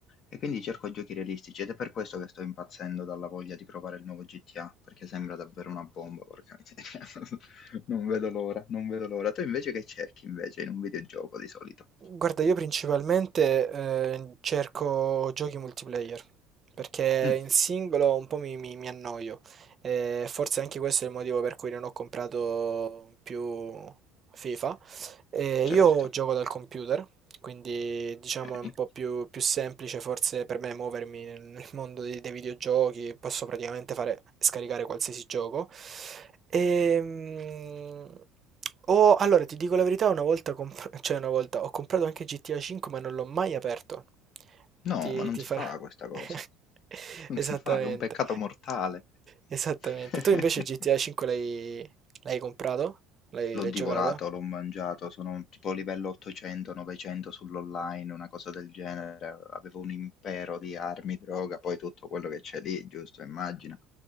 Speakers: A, on the left; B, on the right.
A: E quindi cerco giochi realistici ed è per questo che sto impazzendo dalla voglia di provare il nuovo GTA, perché sembra davvero una bomba, porca miseria. <laughs> Non vedo l'ora, non vedo l'ora. Tu invece che cerchi invece in un videogioco di solito?
B: Guarda, io principalmente eh, cerco giochi multiplayer, perché
A: Mm,
B: in singolo un po' mi, mi- mi annoio. E forse anche questo è il motivo per cui non ho comprato più FIFA. E
A: certo,
B: io gioco dal computer, quindi diciamo
A: ok.
B: è un po' più, più semplice forse per me muovermi nel, nel mondo dei, dei videogiochi, posso praticamente fare, scaricare qualsiasi gioco. Ehm, ho- allora ti dico la verità, una volta, comp- <laughs> cioè una volta ho comprato anche GTA 5 ma non l'ho mai aperto.
A: No,
B: Ti,
A: ma non
B: ti
A: si
B: farà...
A: fa questa cosa.
B: <laughs>
A: Non
B: Esattamente,
A: si fa, è un peccato mortale.
B: esattamente.
A: <laughs>
B: Tu invece GTA 5 l'hai l'hai comprato? L'hai
A: L'ho
B: l'hai
A: divorato,
B: giocato?
A: l'ho mangiato, sono tipo livello 800, 900 sull'online, una cosa del genere. Avevo un impero di armi, droga, poi tutto quello che c'è lì, giusto, immagino.